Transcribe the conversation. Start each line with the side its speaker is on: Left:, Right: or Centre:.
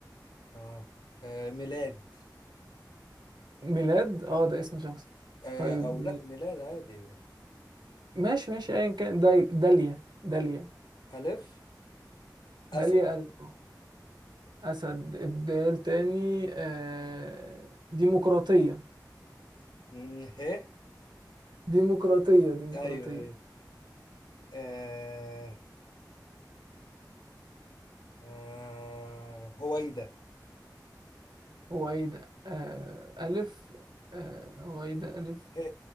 Left: اه, آه ميلاد
Right: ميلاد اه ده اسم شخص
Left: آه
Right: طيب
Left: او لا ميلاد عادي
Right: ماشي ماشي ايا كان داي- داليا داليا
Left: ألف
Right: داليا
Left: أسد
Right: قلب أسد الدال تاني آه ديمقراطية
Left: مم، ه
Right: ديمقراطية ديمقراطية
Left: ايوه ايوه آه آه هويدا
Right: هويدا آه ألف آه هويدا ألف
Left: ه